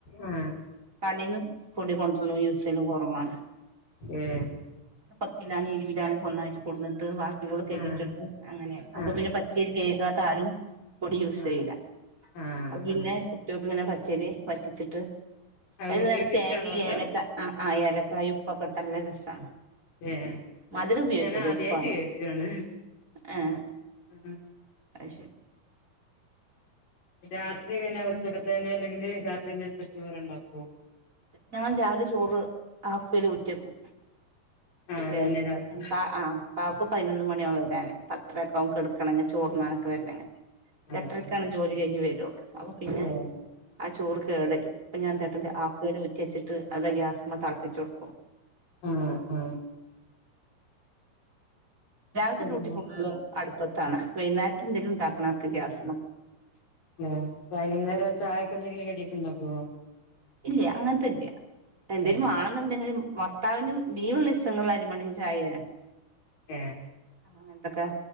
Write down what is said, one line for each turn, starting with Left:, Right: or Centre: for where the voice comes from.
Left: ആ
Right: കടയിന്ന് പൊടി കൊണ്ടലോ യൂസലും കുറവാണ്
Left: ഏ
Right: പക്കിലാണ് ഇവിടാണ് ഒന്നായിട്ട് കൊടുന്നെട്ത്ത് വാ <unintelligible> കഴികി
Left: ആ
Right: ഇട്ടിട്ട് അങ്ങനെയാണ് അപ്പൊ
Left: ആ
Right: പിന്നെ പച്ചേരി നേ താരും പൊടി യൂസ്സെയ്യുല
Left: ആ ആ
Right: അപൊ പിന്നെ
Left: ആ
Right: ഇങ്ങനെ പച്ചേരി വറ്റിച്ചിട്ട്
Left: അത്
Right: എല്ലാരും
Left: കുട്ടികൾക്ക്
Right: തേങ്ങയും
Left: ഇഷ്ടാണോ അതൊക്കെ
Right: ഏലക്ക ആ ആ ഏലക്കായും ഉപ്പൊക്കെ ഇട്ടല്ലെ രസാണ്
Left: ഏ
Right: മധുരം ഉപയോഗിക്കൂല
Left: ഞാൻ ആദ്യായിട്ട്
Right: ഉപ്പാണ്
Left: കേക്കാണ്
Right: ആ
Left: ആ
Right: ആ അയ്ശരി
Left: രാത്രി കഴിഞ്ഞ <unintelligible> അല്ലെങ്കില് രാത്രിെ്തന്നെ സ്പെഷ്യല് ഉണ്ടാക്കോ
Right: ഞാൻ രാവിലെ ചോറ് ആഫില് ഊറ്റും
Left: ആഹ് അതന്നെ
Right: ലേസം
Left: രാത്രി
Right: കാ ആ കാക്കു പതിനൊന്ന് മണിയാവുഠ വരാന് പത്തര ഒക്കെ ആവും കിടക്കണെങ്കിൽ ചോറുണ്ണ വര-
Left: ആഹ്
Right: ഇട്ടരക്കാണ് ജോലി കഴിഞ്ഞ് വരുള്ളൂ അപ്പൊ പിന്നെ
Left: ആഹ്
Right: ആ ചോറ് കേടരും അപ്പൊ ഞാൻ <unintelligible> വച്ചിട്ട് അത് ഗ്യാസിമേ തിളപ്പിച്ചു കൊടുക്കും
Left: ആഹ ആഹ
Right: രാവിലത്തെ
Left: പിന്നെ
Right: ഡ്യൂട്ടി ഫുള്ളും അടുപ്പത്താണ് വൈകുന്നേരം എന്തെങ്കിലും ഉണ്ടാക്കണഒക്കെ ഗ്യാസ്
Left: ഉം വൈകുന്നേരം ചായ എന്തെങ്കിലും കടിയൊക്കെ ഉണ്ടാക്കുവോ
Right: ഇല്ല അങ്ങനത്തെല്ല എന്തെലും
Left: ഏഹ്
Right: വാണെന്നുണ്ടെങ്കിലും ഭർത്താവിനും ലീവ്ള്ള ദിവസങ്ങളിൽ അരിമണി ചായേ
Left: ഏഹ്
Right: ആ അങ്ങനന്തൊക്കെ